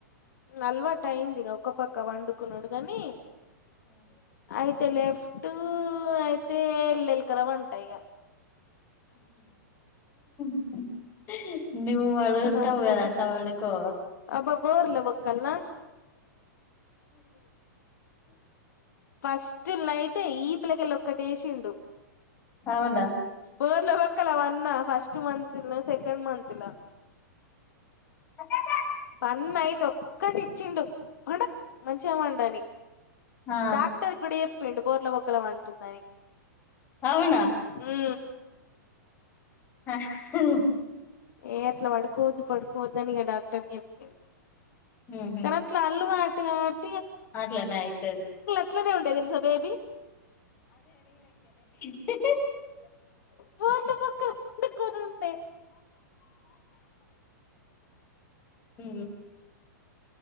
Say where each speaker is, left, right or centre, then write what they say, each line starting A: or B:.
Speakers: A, on the left (about 65°); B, on the left (about 20°).
A: అలవాటు అయింది ఒక పక్క వండుకున్నాడు కాని అయితే లెఫ్ట్ తే ఎల్లెలు కర వంటాయిగా
B: <inaudible> నివ వడుగుంటావు
A: అవుతది
B: కదా అట్ల వడుకో
A: అబ్బ బోర్ల బొక్కల్నా ఫస్ట్న్నా అయితే ఈ పిలకి వెళ్ళ ఒక్కటేసిండు
B: అవునా
A: బోర్ల బొక్కల వన్న ఫస్ట్ మంత్ త్ల్నే సెకండ్ మంత్లా
B: అద్దదు
A: పన్న అయితే ఒక్కటి ఇచ్చిండు పండ మంచిగవండని.
B: ఆ
A: డాక్టర్ కుడయెప్ పిండు బోర్ల బొకలా వంటుందని
B: అవునా
A: ఊ
B: హహ
A: ఏ అట్లా వడుకోవద్దు పడుకోవద్దని ఇగ డాక్టర్ యెప్పిండు
B: ఉహు
A: కరట్ల అల్లు వట్ ట్గాట్
B: అట్లనే ఐతది
A: అట్లనే ఉండేది తెల్సా బేబీ
B: హి హి
A: బోర్లబొక్కల వండుకొని ఉండే
B: ఊ